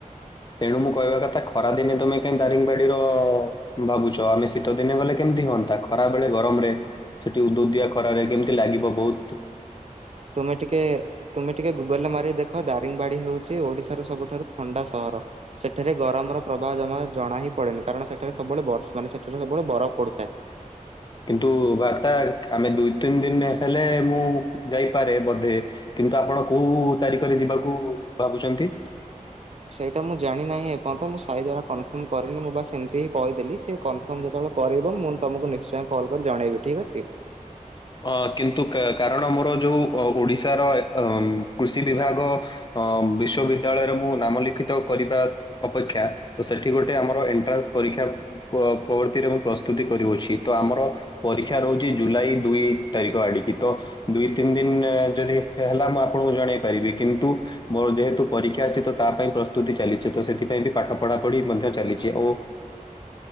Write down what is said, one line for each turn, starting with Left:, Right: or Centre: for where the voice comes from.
Left: ତେଣୁ ମୁଁ କହିବା କଥା ଖରା ଦିନେ ତମେ କାଇହି ଦାରିଙ୍ଗବାଡିର ଭାବୁଚ ଆମେ ଶୀତ ଦିନେ ଗଲେ କେମିତି ହୁଅନ୍ତା ଖରା ବେଳେ ଗରମ ରେ। ସେଠି ଉଦୁ ଉଦିଆ ଖରାରେ କେମିତି ଲାଗିବ ବହୁତ୍।
Right: ତୁମେ ଟିକେ ତୁମେ ଟିକେ ଗୁଗଲ୍ ରେ ମାରି ଦେଖ ଦାରିଙ୍ଗବାଡି ହଉଚି ଓଡିଶାର ସବୁଠାରୁ ଥଣ୍ଡା ସହର। ସେଠାରେ ଗରମର ପ୍ରଭାବ ଜମା ଜଣା ହିଁ ପଡେନି କାରଣ ସେଠାରେ ସବୁବେଳେ ବର୍ଷ ମାନେ ସେଠାରେ ସବୁବେଳେ ବରଫ ପଡୁଥାଏ।
Left: କିନ୍ତୁ ଭାତା ଆମେ ଦୁଇ ତିନି ଦିନ୍ ହେଲେ ମୁଁ ଯାଇପାରେ ବୋଧେ। କିନ୍ତୁ ଆପଣ କୋଉ ତାରିଖରେ ଯିବାକୁ ଭାବୁଚନ୍ତି?
Right: ସେଇଟା ମୁଁ ଜାଣିନାହିଁ ଏପର୍ଯ୍ୟନ୍ତ ମୁଁ ସାହିଘର କନଫର୍ମ କରିନି ମୁଁ ବାସ୍ ଏମିତି ହି କହିଦେଲି ସେକନ୍ ତମେ ଯେତେବେଳେ କରିବ ମୁଁ ତମକୁ ନିଶ୍ଚୟ କଲ୍ କରିକି ଜଣେଇବି ଠିକ୍ ଅଛି।
Left: ଅ କିନ୍ତୁ କାରଣ ମୋର ଯୋଉ ଓଡିଶାର କୃଷି ବିଭାଗ। ଅ ବିଶ୍ଵବିଦ୍ୟାଳୟରେ ମୁଁ ନାମ ଲିଖିତ କରିବା। ଅପେକ୍ଷା ତ ସେଠି ଗୋଟେ ଆମର ଏଣ୍ଟ୍ରାନ୍ସ ପରୀକ୍ଷା ପ୍ରବର୍ତ୍ତିରେ ମୁଁ ପ୍ରସ୍ତୁତି କରିଚି ତ ଆମର ପରୀକ୍ଷା ରହୁଚି ଜୁଲାଇ ଦୁଇ ତାରିଖ ଆଡ଼ିକି ତ ଦୁଇ ତିନି ଦିନ ଯଦି ହେଲା ମୁଁ ଆପଣଙ୍କୁ ଜଣେଇ ପାରିବି କିନ୍ତୁ ମୋ ଯେହେତୁ ପରୀକ୍ଷା ଅଛି ତ ତା ପାଇଁ ପ୍ରସ୍ତୁତି ଚାଲିଚି ତ ସେଥିପାଇଁ ବି ପାଠ ପଢାପଢି ମଧ୍ୟ ଚାଲିଛି ଓ